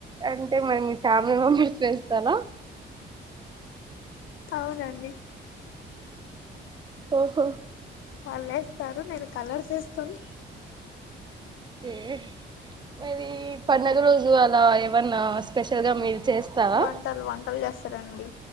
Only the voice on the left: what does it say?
అవునండి.
వాళ్ళు ఏస్తారు నేను కలర్స్ ఏస్తాను.
వంటలు వంటలు చేస్తారండి